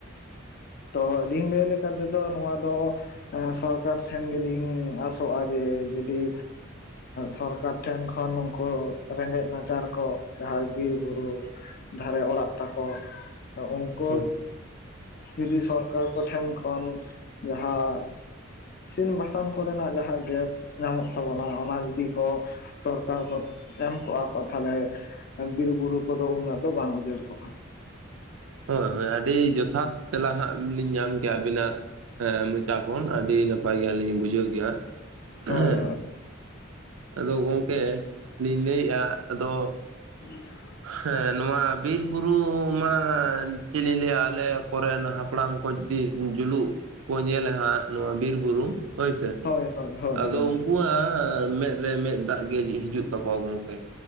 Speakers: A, on the left; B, on the right.
A: ᱛᱚ ᱟᱹᱞᱤᱧ ᱞᱟᱹᱭ ᱞᱮᱠᱟ ᱛᱮᱫᱚ ᱱᱚᱣᱟ ᱫᱚ ᱥᱚᱨᱠᱟᱨ ᱴᱷᱮᱱ ᱜᱮᱞᱤᱧ ᱟᱥᱚᱜᱼᱟ ᱡᱮ ᱡᱩᱫᱤ ᱥᱚᱨᱠᱟᱨ ᱴᱷᱮᱱ ᱠᱷᱚᱱ ᱱᱩᱝᱠᱩ ᱨᱮᱸᱜᱮᱡ ᱱᱟᱪᱟᱨ ᱠᱚ ᱡᱟᱦᱟᱸᱭ ᱵᱤᱨᱵᱩᱨᱩ ᱫᱷᱟᱨᱮ ᱚᱲᱟᱜ ᱛᱟᱠᱚ ᱩᱝᱠᱩ
B: ᱦᱳᱭ
A: ᱡᱫᱤ ᱥᱚᱨᱠᱟᱨ ᱠᱚᱴᱷᱮᱱ ᱠᱷᱚᱱ ᱡᱟᱦᱟᱸ ᱤᱥᱤᱱ ᱵᱟᱥᱟᱱ ᱠᱚᱨᱮᱱᱟᱜ ᱡᱟᱦᱟᱸ ᱜᱮᱥ ᱧᱟᱢᱚᱜ ᱛᱟᱵᱚᱱᱟ ᱚᱱᱟ ᱡᱩᱫᱤ ᱠᱚ ᱥᱚᱨᱠᱟᱨ ᱠᱚ ᱮᱢ ᱠᱚᱜᱼᱟ ᱠᱚ ᱛᱷᱟᱞᱮ ᱵᱤᱨᱵᱩᱨᱩ ᱠᱚᱫᱚ ᱩᱱᱟᱹᱜ ᱫᱚ ᱵᱟᱝ ᱩᱡᱟᱹᱲ ᱠᱚᱜᱼᱟ
B: ᱦᱳᱭ ᱦᱳᱭ ᱟᱹᱰᱤ ᱡᱚᱛᱷᱟᱛ ᱛᱮᱞᱟ ᱦᱟᱸᱜ ᱞᱤᱧ ᱧᱟᱢ ᱠᱮᱭᱟ ᱟᱵᱤᱱᱟᱜ ᱟᱸ ᱪᱟ ᱠᱷᱚᱱ ᱟᱹᱰᱤ ᱱᱟᱯᱟᱭ ᱜᱮᱞᱤᱧ ᱵᱩᱡᱷᱟᱹᱣ ᱠᱮᱭᱟ
A: ᱦᱳᱭ
B: ᱦᱮᱸ
A: ᱦᱳᱭ
B: ᱟᱫᱚ ᱜᱚᱝᱠᱮ ᱞᱤᱧ ᱞᱟᱹᱭᱮᱜᱼᱟ ᱟᱫᱚ
A: <inaudible>
B: ᱦᱮᱸ ᱱᱚᱣᱟ ᱵᱤᱨ ᱵᱩᱨᱩ ᱢᱟ ᱪᱮᱫ ᱞᱤᱧ ᱞᱟᱹᱭᱟ ᱟᱞᱮ ᱠᱚᱨᱮᱱ ᱦᱟᱯᱲᱟᱢ ᱠᱚ ᱡᱩᱫᱤ ᱡᱩᱞᱩᱜ ᱠᱚ ᱧᱮᱞᱟ ᱦᱟᱸᱜ ᱱᱚᱣᱟ ᱵᱤᱨ ᱵᱩᱨᱩ ᱦᱳᱭᱥᱮ
A: ᱦᱳᱭ ᱦᱳᱭ ᱦᱳᱭ
B: ᱟᱫᱚ
A: ᱦᱳᱭ
B: ᱩᱱ ᱣᱟᱸᱜ ᱢᱮᱫ ᱨᱮ ᱢᱮᱫ ᱫᱟᱜ ᱜᱮ ᱦᱤᱡᱩᱜ ᱛᱟᱠᱚᱣᱟ ᱜᱚᱝᱠᱮ